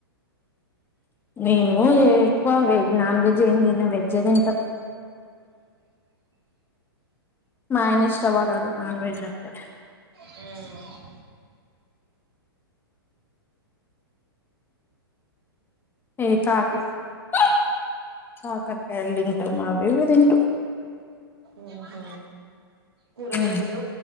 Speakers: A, on the left (about 15°); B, on the right (about 75°).
A: మేము ఏ ఎక్కువ వె నాన్ వెజ్ ఏం తినం వెజె తింటం మా ఆయన ఇష్టపడడు నాన్ వెజ్ అంటే
B: ఇంకా
A: ఏ కాకర్
B: ఎస్
A: ఆ కాకరకాయలు తింటం అవి ఇవి తింటం
B: హ్ హ కూరగాయలు
A: ఉమ్.